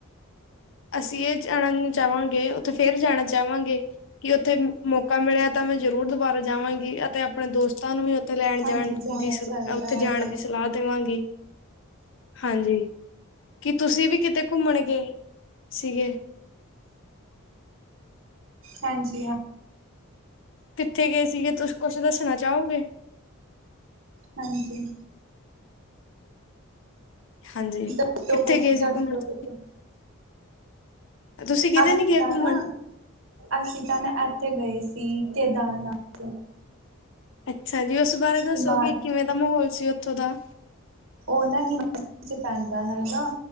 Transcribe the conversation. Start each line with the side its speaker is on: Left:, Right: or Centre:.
Left: ਅਸੀ ਏ ਜਾਣਨ ਨੂੰ ਚਾਵਾਂਗੇ, ਉਥੇ ਫੇਰ ਜਾਣਾ ਚਾਵਾਂਗੇ। ਕਿ ਓਥੇ ਮੌਕਾ ਮਿਲੇਆ ਤਾਂ ਮੈਂ ਜਰੂਰ ਦੁਬਾਰਾ ਜਾਵਾਂਗੀ, ਅਤੇ ਅਪਣੇ ਦੋਸਤਾਂ ਨੂੰ ਵੀ ਓ ਉਥੇ ਰੈਣ
Right: ਹਾਂਜੀ
Left: ਜਾਣ
Right: ਜਾਣਾ
Left: ਦੀ ਸ,
Right: ਚਾਹੀਦਾ
Left: ਉਥੇ
Right: ਹੈਗਾ
Left: ਜਾਣ ਦੀ ਸਲਾਅ ਦੇਵਾਂਗੀ, ਹਾਂਜੀ, ਕਿ ਤੂਸੀ ਵੀ ਕਿਤੇ ਘੁੰਮਣਗੇ ਸੀਗੇ
Right: ਹਾਂਜੀ, ਹਾਂ।
Left: ਕਿੱਥੇ ਗਏ ਸੀਗੇ ਤੂਸੀ ਕੁੱਛ ਦੱਸਣਾ ਚਾਓਗੇ?
Right: ਹਾਂਜੀ।
Left: ਹਾਂਜੀ,
Right: ਦੱਸੋ
Left: ਕਿੱਥੇ
Right: ਕੁਛ
Left: ਗਏ ਸੀ
Right: ਦੱਸੋ
Left: ਘੁੰਮਣ ਤੂਸੀ?
Right: ਕੁਛ
Left: ਤੁਸੀਂ ਕਿਤੇ
Right: ਅਸੀਂ
Left: ਨੀ ਗਏ
Right: ਤਾਂ
Left: ਘੁੰਮਣ
Right: ਨਾ, ਅਸੀਂ ਤਾਂ ਨਾ ਐਥੇ ਗਏ ਸੀ ਕੇਦਾਰਨਾਥ।
Left: ਅੱਛਾ ਜੀ, ਓਸ ਬਾਰੇ ਦੱਸੋ
Right: ਹਿਮਾ
Left: ਕਿ ਕਿਵੇਂ ਦਾ ਮਾਹੌਲ ਸੀ ਓਥੋਂ ਦਾ?
Right: ਓ ਨਾ ਹਿਮਾਚਲ ਚ ਪੈਂਦਾ ਹੈਗਾ,